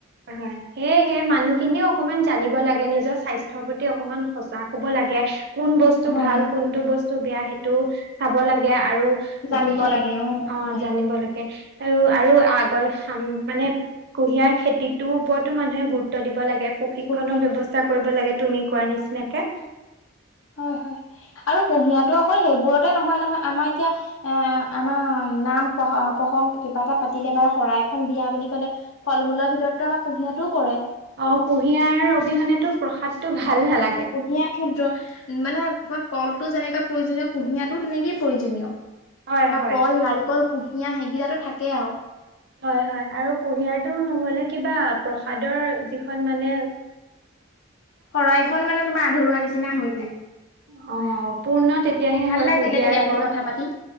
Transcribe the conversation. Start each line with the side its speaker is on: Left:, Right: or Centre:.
Right: হয়, সেয়েহে মানুহখিনিয়েও অকনমান জানিব লাগে। নিজৰ স্বাস্থ্যৰ প্ৰতি অকমান সজাগ হ'ব লাগে। কোন বস্তু
Left: হয়
Right: ভাল
Left: হয়
Right: কোনটো বস্তু বেয়া সেইটো চাব লাগে আৰু।
Left: জানিব
Right: সে
Left: লাগে
Right: অ'
Left: হয়।
Right: জানিব লাগে। আৰু আৰু আগচাম মানে কুঁহিয়াৰ খেতিত। তোৰ ওপৰতো মানুহে গুৰুত্ব দিব লাগে। ঞ প্ৰশিক্ষনৰৰ
Left: গুৰুত্ব দি
Right: ব্যৱস্থা কৰিব লাগে তুমি কোৱা নিচিনাকে।
Left: হয়, হয় আৰু কুঁহিয়াতো অকল সেইবোৰতে নহয় নহয় আমাৰ এতিয়া। এ আমাৰ নাম প্ৰ প্ৰসংগ কিবা এটা পাতিলে বা শৰাই এখন দিয়া বুলি ক'লে। ফল-মূলৰ ভিতৰতো আমাৰ কুঁহিয়াৰটোও পৰে।
Right: অ, কুঁহিয়াৰ অবিহনেটো প্ৰসাদটো ভাল নালাগে।
Left: কুঁহিয়াটো মানে কলটো যেনেকুৱা প্ৰয়োজনীয় কুঁহিয়াৰটো তেনেকেই প্ৰয়োজনীয়।
Right: হয়
Left: বা
Right: হয়।
Left: কল নাৰিকল কুঁহিয়া সেইকেইটা থাকেই আউ।
Right: হয়, হয় আৰু কুঁহিয়াৰটো নহ'লে কিবা প্ৰসাদৰ যিখন মানে।
Left: শৰাই খন মানে তোমাৰ আধৰুৱা নিচিনা হৈ যায় হয়,
Right: অ
Left: হয়।
Right: পূৰ্ণ তেতিয়াহে
Left: ভাল
Right: হয়
Left: লাগিলে
Right: কুঁহিয়াৰ
Left: দেই আজি
Right: কয়।
Left: কথা পাতি।